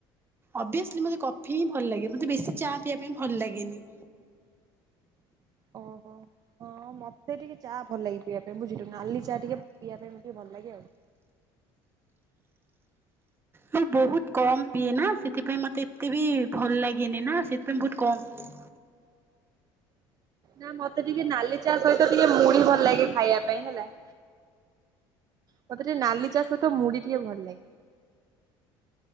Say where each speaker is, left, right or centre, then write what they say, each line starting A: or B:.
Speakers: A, on the right; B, on the right.
A: ଅଭିଅସ୍ଲି ମୋତେ କଫି ହିଁ ଭଲ ଲାଗେ। ମୋତେ ବେଶୀ ଚା ପିଇଆ ପାଇଁ ଭଲ ଲାଗେନି।
B: ଓ ହୋ ହଁ ମତେ ଟିକେ ଚା ଭଲ ଲାଗେ ପିଇଆ ପାଇଁ ବଝିଲୁ ନାଲି ଚା ଟିକେ ପିଇଆ ପାଇଁ ଟିକେ ଭଲ ଲାଗେ ଆଉ।
A: ମାନେ ବହୁତ କମ୍ ପିଏ ନା ସେଥିପାଇଁ ମତେ ଏତେ ବି ଭଲ୍ ଲାଗେନି ନା ସେଥିପାଇଁ ବହୁତ କମ୍ ପିଏ।
B: ନା ମତେ ଟିକେ ନାଲି ଚା ସହିତ ଟିକେ ମୁଢି ଭଲ୍ ଲାଗେ ଖାଇଆ ପାଇଁ ହେଲା। ମତେ ଟିକେ ନାଲି ଚା ସହ ମୁଢି ଟିକେ ଭଲ ଲାଗେ।